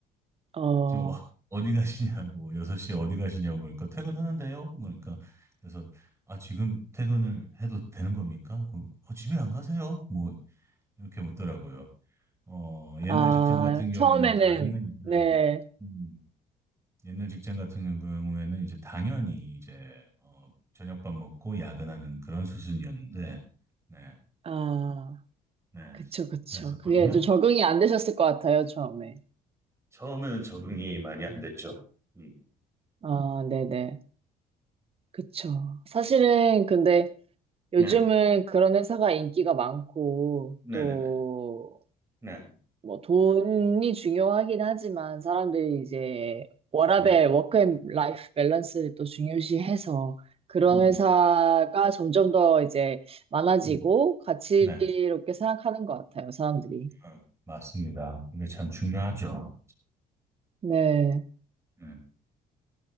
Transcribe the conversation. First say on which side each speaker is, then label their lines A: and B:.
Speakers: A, on the right (about 35°); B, on the right (about 15°).
A: 어,
B: 지금 어, 어디 가시냐고, 6시에 어디 가시냐고, 그러니까 퇴근하는데요? 그러니까, 그래서, 아, 지금 퇴근을 해도 되는 겁니까? 그, 어, 집에 안 가세요? 뭐, 이렇게 묻더라고요. 어, 옛날
A: 아,
B: 직장 같은 경우에는
A: 처음에는,
B: 당연히,
A: 네,
B: 음, 음, 옛날 직장 같은 경우에는 이제 당연히 이제, 어, 저녁밥 먹고 야근하는 그런 수순이었는데, 네,
A: 아,
B: 네,
A: 그쵸, 그쵸.
B: 그랬었거든요.
A: 그게 좀 적응이 안 되셨을 것 같아요, 처음에.
B: 처음에는 적응이 많이 안 됐죠. 음,
A: 아, 네네. 그쵸. 사실은 근데 요즘은
B: 네,
A: 그런 회사가 인기가 많고,
B: 네네네,
A: 또,
B: 네,
A: 뭐 돈이 중요하긴 하지만 사람들이 이제 워라밸,
B: 네.
A: 워크앤 라이프 밸런스를 또 중요시해서 그런
B: 네네.
A: 회사가 점점 더 이제 많아지고
B: 음,
A: 가치롭게
B: 네,
A: 생각하는 것 같아요, 사람들이.
B: 어, 맞습니다. 이게 참 중요하죠.
A: 네,
B: 네,